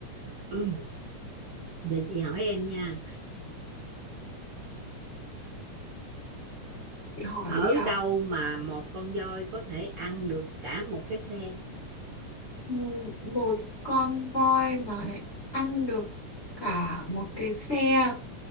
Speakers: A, on the right; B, on the left.
A: Ừ, để chị hỏi em nha
B: Chị hỏi
A: ở
B: đi à
A: đâu mà một con voi có thể ăn được cả một cái xe
B: Ừ, một con voi mà lại ăn được cả một cái xe